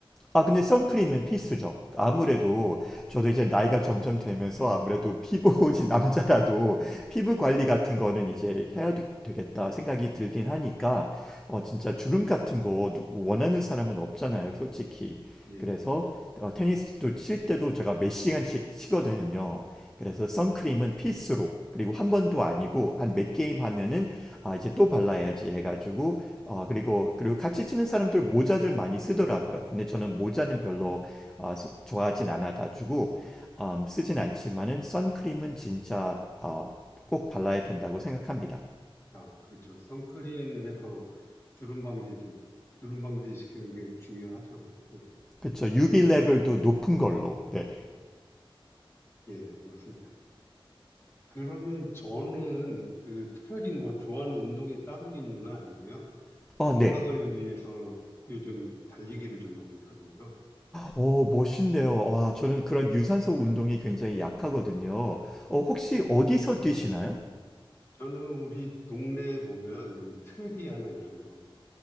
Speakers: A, in the centre; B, on the left.
A: 아, 근데 선크림은 필수죠. 아무래도
B: 아,
A: 저도 이제 나이가 점점 되면서 아무래도 피부, 이 <laughs> 남자라도 피부
B: 음,
A: 관리 같은 거는 이제 해야 되- 되겠다 생각이 들긴 하니까, 어, 진짜 주름 같은 거 누- 뭐 원하는 사람은 없잖아요, 솔직히.
B: 예.
A: 그래서 어, 테니스도 칠 때도 제가 몇 시간씩 치거든요. 그래서 선크림은 필수로, 그리고 한 번도 아니고 한 몇 게임 하면은 아, 이제 또 발라야지 해가지고 어 그리고, 그리고 같이 치는 사람들 모자들 많이 쓰더라고요. 근데 저는 모자는 별로 어, 서- 좋아하진 않아가지고, 음, 쓰진 않지만은 선크림은 진짜 어, 꼭 발라야 된다고 생각합니다.
B: 아, 그렇죠. 선크림 해서 주름 방지도, 주름 방지 시키는 게 중요하죠. 예,
A: 그쵸. UV 레벨도 높은 걸로. 네.
B: 예, 맞습니다. 그러면 저는 그 특별히 뭐 좋아하는 운동이 따로 있는 건 아니고요.
A: 어
B: 건강을
A: 네.
B: 위해서 요즘 달리기를 좀 하고 있거든요.
A: 오, 멋있네요. 와, 저는 그런 유산소 운동이 굉장히 약하거든요. 어, 혹시 어디서 뛰시나요?
B: 저는 우리 동네에 보면 여기 트랙이 하나 있어요.